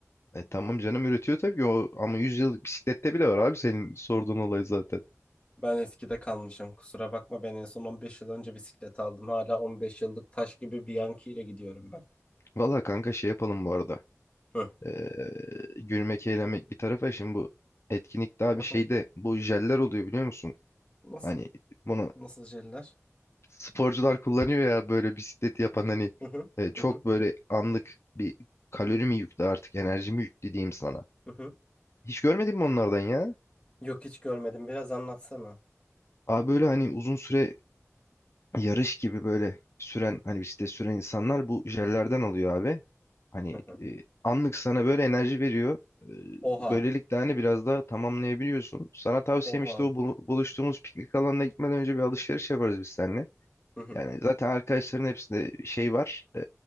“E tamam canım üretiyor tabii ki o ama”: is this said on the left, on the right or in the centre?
Left